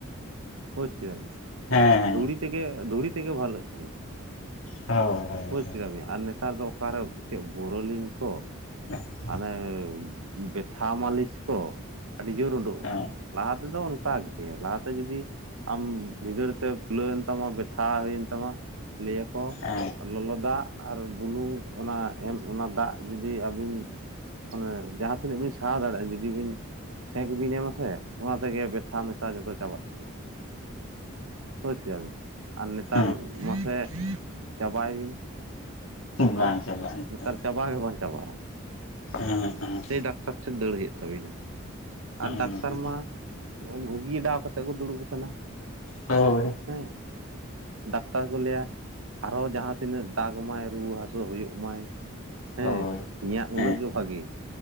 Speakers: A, on the right; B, on the left.
A: ᱵᱩᱡᱽ ᱠᱮᱫᱟᱢ
B: ᱦᱮᱸ ᱦᱮᱸ
A: ᱫᱷᱩᱲᱤ ᱛᱮᱜᱮ ᱫᱷᱩᱲᱤ ᱛᱮᱜᱮ ᱵᱷᱟᱞᱮᱜ ᱛᱟᱦᱮᱸᱫ
B: ᱦᱳᱭ ᱦᱳᱭ
A: ᱵᱩᱡᱽ
B: ᱦᱳᱭ
A: ᱠᱮᱫᱟ ᱵᱮᱱ ᱟᱨ ᱱᱮᱛᱟᱨ ᱫᱚ ᱚᱠᱟᱨᱮ ᱪᱮᱫ ᱵᱚᱨᱚᱞᱤᱧ ᱠᱚ
B: ᱦᱮᱸ <unintelligible>
A: ᱢᱟᱱᱮ ᱵᱮᱛᱷᱟ ᱢᱟᱹᱞᱤᱥ ᱠᱚ ᱟᱹᱰᱤ ᱡᱳᱨ ᱩᱰᱩᱠ ᱟᱠᱟᱱᱟ᱾
B: ᱦᱮᱸ
A: ᱞᱟᱦᱟ ᱛᱮᱫᱚ ᱚᱱᱠᱟᱜᱮ᱾ ᱞᱟᱦᱟᱛᱮ ᱡᱩᱫᱤ ᱟᱢ ᱵᱷᱤᱸᱫᱟᱹᱲ ᱛᱮ ᱯᱷᱩᱞᱟᱹᱣᱮᱱ ᱛᱟᱢᱟ᱾ ᱵᱮᱛᱷᱟ ᱦᱩᱭᱮᱱ ᱛᱟᱢᱟ ᱞᱟᱹᱭᱟᱢ
B: ᱦᱮᱸ
A: ᱞᱚᱞᱚ ᱫᱟᱜ ᱟᱨ ᱵᱩᱞᱩᱝ, ᱚᱱᱟ ᱮᱢ ᱚᱱᱟ ᱫᱟᱜ ᱡᱩᱫᱤ ᱟᱹᱵᱤᱱ ᱢᱟᱱᱮ ᱡᱟᱦᱟᱸ ᱛᱤᱱᱟᱹᱜ ᱵᱤᱱ ᱥᱟᱦᱟ ᱫᱟᱲᱮᱭᱟᱜᱼᱟ᱾ ᱡᱩᱫᱤ ᱵᱤᱱ ᱥᱮᱸᱠ ᱵᱤᱱ ᱮ ᱟᱥᱮ᱾ ᱚᱱᱟ ᱛᱮᱜᱮ ᱵᱮᱛᱷᱟ ᱢᱮᱛᱷᱟ ᱡᱚᱛᱚ ᱪᱟᱵᱟᱜ ᱛᱟᱧ ᱵᱩᱡ ᱠᱮᱫᱟ ᱵᱤᱱ᱾ ᱟᱨ ᱱᱮᱛᱟᱨ
B: ᱦᱮᱸ
A: ᱢᱟᱥᱮ ᱪᱟᱵᱟᱭ ᱵᱤᱱ
B: ᱵᱟᱝ
A: ᱦᱮᱸ
B: ᱪᱟᱵᱟᱜᱼᱟ
A: ᱱᱮᱛᱟᱨ ᱪᱟᱵᱟ ᱜᱮ ᱵᱟᱝ ᱪᱟᱵᱟᱜᱼᱟ?
B: ᱟᱸᱻ ᱟᱸᱻ
A: ᱥᱮᱭ ᱰᱟᱠᱛᱟᱨ ᱴᱷᱮᱱ ᱫᱟᱹᱲ ᱦᱩᱭᱩᱜ ᱛᱟᱵᱤᱱᱟ᱾
B: ᱦᱮᱸ
A: ᱟᱨ ᱰᱟᱠᱛᱟᱨ ᱢᱟ ᱜᱷᱩᱜᱤᱰᱟᱣ ᱠᱟᱛᱮᱫ ᱠᱚ ᱫᱩᱲᱩᱵ ᱟᱠᱟᱱᱟ᱾
B: ᱦᱳᱭ
A: ᱦᱮᱸ ᱰᱟᱠᱛᱟᱨ ᱠᱚ ᱞᱟᱹᱭᱟ ᱟᱨᱦᱚᱸ ᱡᱟᱦᱟᱸ ᱛᱤᱱᱟᱹᱜ ᱫᱟᱜ ᱢᱟᱭ ᱨᱩᱣᱟᱹ ᱦᱟᱹᱥᱩ ᱦᱩᱭᱩᱜ ᱢᱟᱭ᱾ ᱦᱮᱸ
B: ᱦᱳᱭ
A: ᱤᱧᱟᱜ ᱩᱱᱟᱹᱜ
B: ᱦᱮᱸ
A: ᱜᱮ ᱵᱷᱟᱜᱮ᱾